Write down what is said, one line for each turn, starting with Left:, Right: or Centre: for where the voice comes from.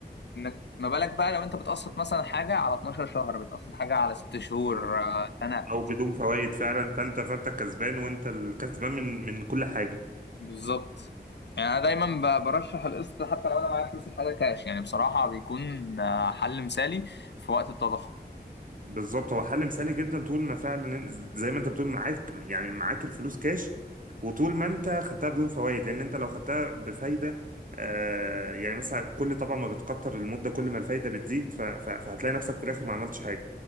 Left: انك ما بالك بقى لو انت بتقسط مثلا حاجه على 12 شهر بتقسط حاجه على 6 شهور
Right: اه
Left: آه، سنه
Right: او بدون فوائد فعلا فانت فانت كسبان وانت الكسبان من من كل حاجة
Left: بالظبط يعني انا دايما ب- برشح القسط حتى لو انا معايا فلوس الحاجه كاش يعني بصراحه بيكون آه، حل مثالي في وقت التضخم
Right: بالظبط هو حل مثالي جدا طول ما فعلا زي ما انت بتقول معاك يعني معاك الفلوس كاش وطول ما انت خدتها بدون فوائد لان انت لو خدتها بفايده آه يعني مثلا كل طبعا ما بتكتر المده كل ما الفايده بتزيد ف- ف- فهتلاقي نفسك في الاخر ما عملتش حاجه